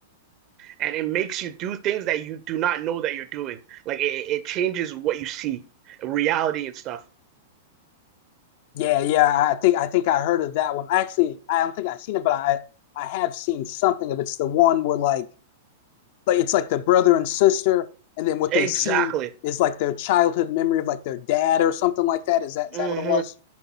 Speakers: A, on the right (about 35°); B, on the left (about 45°).
A: and it makes you do things that you do not know that you're doing. Like it, it changes what you see, reality and stuff.
B: Yeah, yeah, I think I think I heard of that one. Actually, I don't think I've seen it, but I I have seen something of it. it's the one where like like it's like the brother and sister, and then what they
A: Exactly.
B: see is like their childhood memory of like their dad or something like that. Is that is
A: hmm
B: that what it was?